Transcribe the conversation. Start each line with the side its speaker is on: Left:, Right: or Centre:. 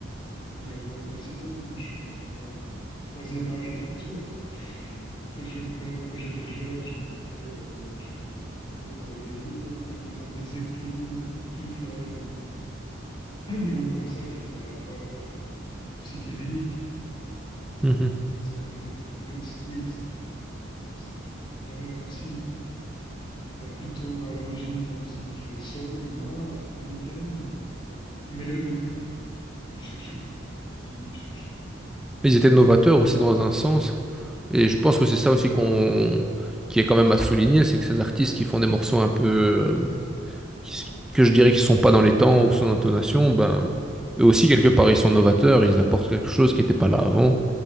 Left: dire mais précisément, mais je suis plutôt euh, troisième âge bientôt. <laughs> Donc, quand je, quand, quand j'étais jeune, j'écoutais euh, j'écoutais plutôt euh, des, des groupes comme euh, Led Zeppelin ou Pink Floyd, des, <clears throat> des groupes comme ça qui étaient dans la pop euh, psychédélique.
Centre: Mhm.
Left: C'était un autre, un autre style, c'était de- c'était probablement aussi euh, plutôt à l'origine de la musique euh, soul, noire, américaine, mais euh, plus mélodique. ouais. Et puis ils cherchaient quand même la mélodie, ils cherchaient
Centre: Ils étaient novateurs aussi dans un sens. Et je pense que c'est ça aussi qu'on... qui est quand même à souligner, c'est que ces artistes qui font des morceaux un peu... euh, qui- que je dirais qui sont pas dans les temps ou son intonation, ben, eux aussi, quelque part, ils sont novateurs, ils apportent quelque chose qui n'était pas là avant.